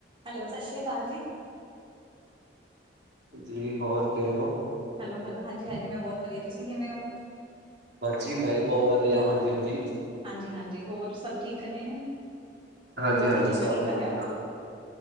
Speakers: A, on the right; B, on the right.
A: ਹੈਲੋ, ਸਸ਼੍ਰੀ ਅਕਾਲ ਜੀ।
B: ਜੀ, ਹੋਰ ਕਿਵੇਂ ਓ?
A: ਹੈਲੋ-ਹੈਲੋ, ਹਾਂਜੀ-ਹਾਂਜੀ, ਮੈਂ ਬੋਤ ਵਦੀਆ, ਤੂਸੀਂ ਕਿਵੇਂ ਓ?
B: ਬਾੱਸ ਜੀ ਮੈਂ ਵੀ ਬੋ ਵਦੀਆ, ਹਾਂਜੀ-ਹਾਂਜੀ।
A: ਹਾਂਜੀ-ਹਾਂਜੀ, ਹੋਰ ਸਬ ਠੀਕ ਨੇ?
B: ਹਾਂਜੀ-ਹਾਂਜੀ,
A: ਹੋਰ ਰੋਟੀ
B: ਸਬ
A: ਪਾਣੀ ਖਾ
B: ਵਦੀਆ।
A: ਲਿਆ